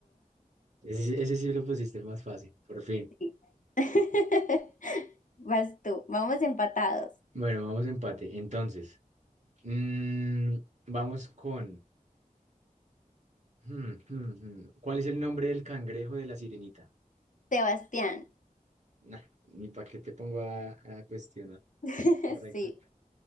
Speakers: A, on the right; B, on the left.
A: Ese, sí, ese sí lo pusiste más fácil, por fin.
B: Sí. <laughs> Vas tú. Vamos empatados.
A: Bueno, vamos a empate. Entonces, mm, vamos con... hmm, hmm, hmm. ¿Cuál es el nombre del cangrejo de la sirenita?
B: Sebastián.
A: Nah, ni para qué te pongo a, a cuestionar.
B: <laughs>
A: Correcto.
B: Sí,